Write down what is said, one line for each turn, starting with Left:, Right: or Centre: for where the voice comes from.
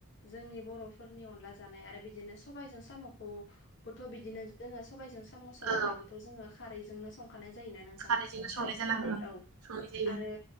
Left: जोंनि बर'फोरनि अनला जानाय आरो बिदिनो सबायजों साम'खौबोथ' बिदिनो जोंङो सबाइजों साम' सङोब्लाबोथ'
Right: औ
Left: जोंङो खारैजोंनो संखानाय जायो ना नों
Right: खारैजोंनो
Left: खारै
Right: संनाय
Left: होनानै
Right: जानांगौ
Left: औ
Right: संनाय जायो
Left: आरो